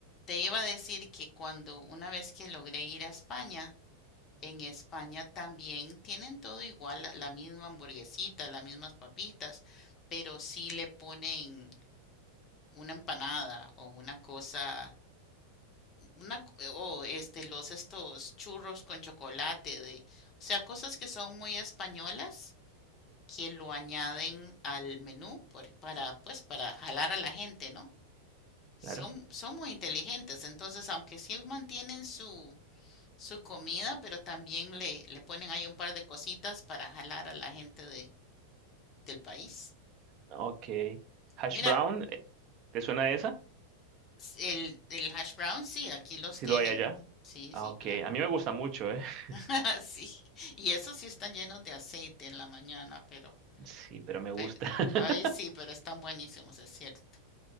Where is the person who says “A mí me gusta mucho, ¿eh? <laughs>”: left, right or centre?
Right